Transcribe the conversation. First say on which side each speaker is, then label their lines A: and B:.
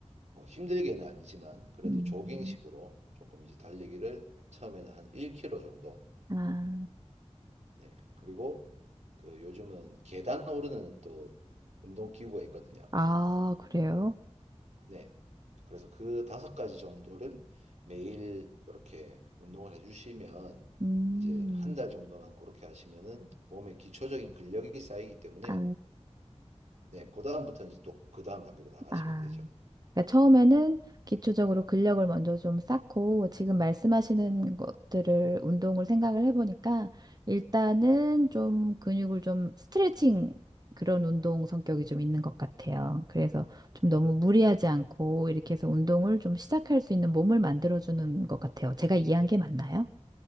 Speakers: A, on the right; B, on the right.
A: 뭐 힘들게는 아니지만 그래도
B: 음,
A: 조깅식으로 조금 이제 달리기를 처음에는 한 1km 정도.
B: 아,
A: 네. 그리고 그 요즘은 계단 오르는 또 운동 기구가 있거든요.
B: 아, 그래요?
A: 네. 그래서 그 다섯 가지 정도를 매일 이렇게 운동을 해주시면
B: 음,
A: 이제 한 달 정도만 그렇게 하시면은 몸에 기초적인 근력이 쌓이기 때문에
B: 아,
A: 네, 그 다음부터 이제 또 그 다음 단계로 나가시면
B: 아.
A: 되죠.
B: 그러니까 처음에는 기초적으로 근력을 먼저 좀 쌓고 지금 말씀하시는 것들을 운동을 생각을 해보니까 일단은 좀 근육을 좀 스트레칭 그런 운동 성격이 좀 있는 것 같아요. 그래서 좀 너무 무리하지 않고 이렇게 해서 운동을 좀 시작할 수 있는 몸을 만들어주는 것 같아요. 제가 이해한 게 맞나요?